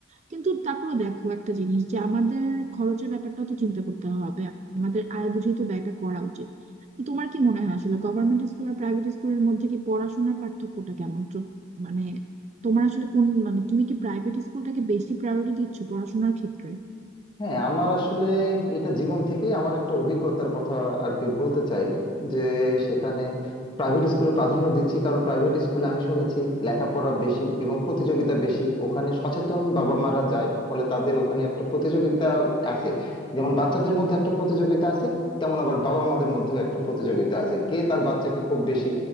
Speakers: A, on the right; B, on the left.
A: কিন্তু তারপরে দেখো একটা জিনিস যে আমাদের খরচের ব্যাপারটা তো চিন্তা করতে হবে আমাদের আয় বুঝেই তো ব্যয়টা করা উচিত তো তোমার কি মনে হয় আসলে গভর্নমেন্ট স্কুল আর প্রাইভেট স্কুলের মধ্যে কি পড়াশোনার পার্থক্যটা কেমন তো মানে তোমার আসলে কোন মানে তুমি কি প্রাইভেট স্কুলটাকে বেশি প্রায়োরিটি দিচ্ছ পড়াশোনার ক্ষেত্রে
B: হ্যাঁ আমার আসলে এটা জীবন থেকে আমার একটা অভিজ্ঞতার কথা আর কি বলতে চাই যে সেখানে প্রাইভেট স্কুলে প্রাধান্য দিচ্ছি কারণ প্রাইভেট স্কুলে আমি শুনেছি লেখাপড়া বেশি এবং প্রতিযোগিতা বেশি ওখানে সচেতন বাবা মারা যায় ফলে তাদের ওখানে একটা প্রতিযোগিতা আছে যেমন বাচ্চাদের মধ্যে একটা প্রতিযোগিতা আছে তেমন আবার বাবা মাদের মধ্যেও একটা প্রতিযোগিতা আছে কে তার বাচ্চাকে খুব বেশি